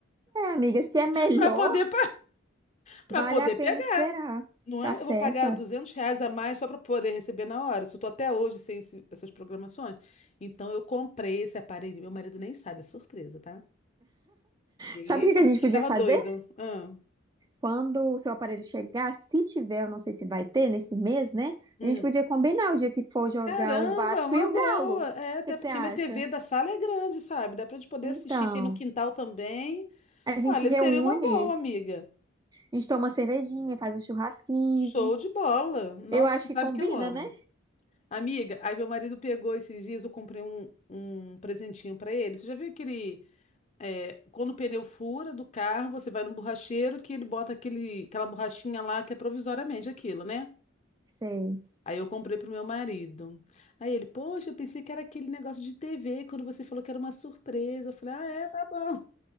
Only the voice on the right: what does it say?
É, amiga, se é melhor,
vale
a pena
esperar.
Tá
certa.
Sabe
o que
que a gente
podia
fazer?
Quando o seu aparelho chegar, se tiver, eu não sei se vai ter nesse mês, né?
A gente podia combinar o dia que for jogar
o Vasco
e o
Galo. O
que que
você acha?
Então,
a gente
reúne,
a gente toma uma cervejinha, faz um churrasquinho.
Eu acho
que combina,
né?
Sei.